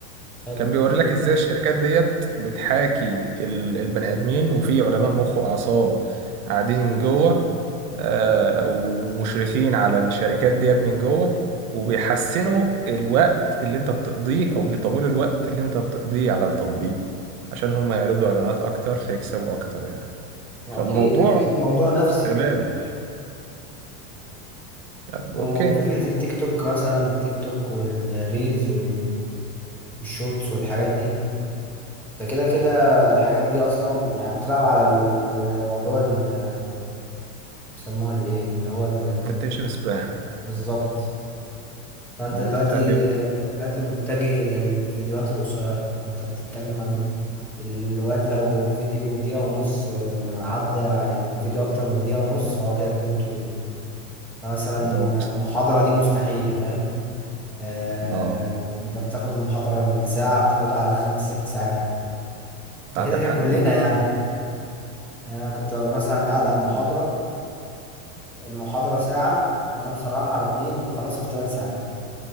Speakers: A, in the centre; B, on the right.
A: امم
B: كان بيوري لك ازاي الشركات ديت بتحاكي ال- البني ادمين وفي علماء مخ واعصاب قاعدين جوه آه، ومشرفين على الشركات ديت من جوه وبيحسنوا الوقت اللي انت بتقضيه او بيطولوا الوقت اللي انت بتقضيه على التطبيق عشان هم يعرضوا اعلانات اكتر فيكسبوا اكتر يعني
A: أكيد
B: فالموضوع
A: أكيد الموضوع نفسي
B: استغلال طب
A: وفكرة
B: اوكي
A: التيك توك مثلا التيك توك والريلز وال- والشورتس والحاجات دي ده كده كده الحاجات دي أصلا يعني بتلعب على الموضوع اللي بيسموها الإيه اللي هو ال-
B: الاتنشن سبان
A: بالظبط فأنت دلوقتي
B: بتقلل
A: دلوقتي متجه إلى الفيديوهات القصيرة أنت بتتكلم عن الواد لو فيديو دقيقة ونص آه، عدى يعني فيديو أكتر من دقيقة ونص فهو كده فيديو طويل فمثلا
B: اوكي
A: محاضرة دي مستحيلة فاهم آه،
B: اه
A: انت بتاخد المحاضرة الساعة بتاخدها على خمس ست ساعات ده
B: عندك
A: كده كده
B: حق
A: كلنا يعني يعني انا كنت ببقى مثلا قاعد
B: 100%.
A: على المحاضرة المحاضرة ساعة وانا مسرعها على اتنين اخلصها في ثلاث ساعات